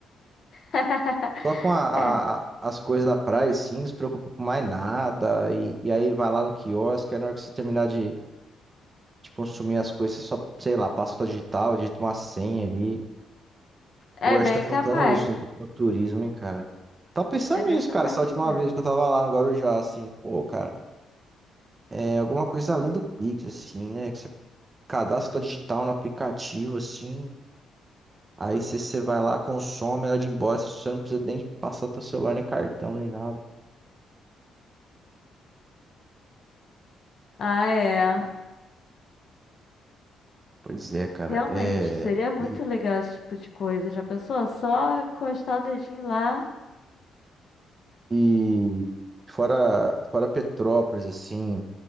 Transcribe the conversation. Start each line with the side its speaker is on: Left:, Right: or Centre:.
Left: <laughs>
Right: Só com a-
Left: É,
Right: a- as coisas da praia, sim, não se preocupa com mais nada. E, e aí vai lá no quiosque, aí na hora que você terminar de, de consumir as coisas, você só, sei lá, passa o digital, digita uma senha ali.
Left: é
Right: Pô, acho
Left: bem
Right: que tá faltando
Left: capaz.
Right: isso no, no turismo, hein, cara. Tava pensando
Left: É bem
Right: nisso,
Left: capaz
Right: cara, essa última
Left: de chegar.
Right: vez que eu tava lá no Guarujá, assim, pô, cara, é alguma coisa além do Pix, assim, né? Que você cadastra sua digital no aplicativo, assim. Aí você você vai lá, consome, na hora de ir embora, você não precisa nem passar teu celular, nem cartão, nem nada.
Left: Ah, é.
Right: Pois é, cara.
Left: Realmente,
Right: É,
Left: seria muito
Right: e,
Left: legal esse tipo de coisa. Já pensou? Só encostar o dedinho lá.
Right: e fora, fora Petrópolis, assim,